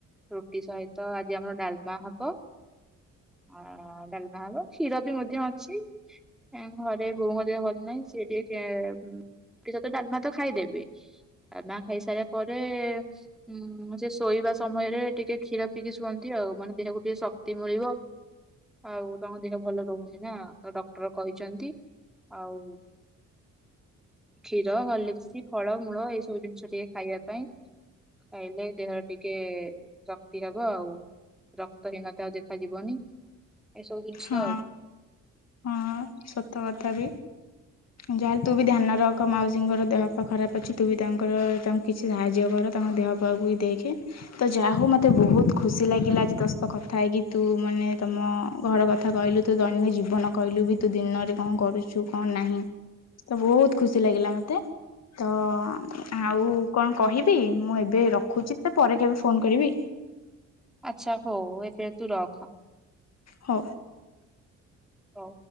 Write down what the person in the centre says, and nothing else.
ରୁଟି ସହିତ ଆଜି ଆମର ଡାଲମା ହବ ଅ ଡାଲ ନା ମ କ୍ଷୀର ବି ମଧ୍ୟ ଅଛି ଏଁ ଘରେ ବୋଉଙ୍କ ଦେହ ଭଲ ନାଇଁ ସିଏ ଟିକେ ସିଏ ଟିକେ ରୁଟି ସହିତ ଡାଲମା ତ ଖାଇଦେବେ ଡାଲମା ଖାଇସାରିବା ପରେ ହୁଁ ସେ ଶୋଇବା ସମୟରେ ଟିକେ କ୍ଷୀର ପିିକି ଶୁଅନ୍ତି। ଆଉ ମାନେ ଦେହକୁ ଟିକେ ଶକ୍ତି ମିଳିବ। ଆଉ ତାଙ୍କ ଦେହ ଭଲ ରହୁନି ନା ତ ଡକ୍ଟର କହିଛନ୍ତି ଆଉ କ୍ଷୀର ହର୍ଲିକ୍ସ ଫଳ ମୂଳ ଏଇ ସବୁ ଜିନିଷ ଟିକେ ଖାଇବା ପାଇଁ ଖାଇଲେ ଦେହରେ ଟିକେ ଜ କ୍ତି ହବ ଆଉ ରକ୍ତହୀନତା ଆଉ ଦେଖାଯିବନି। ଏ ସବୁ ଜିନିଷ
ଆଉ
ଆଛା ହଉ ଏବେ ତୁ ରଖ।
ହଉ।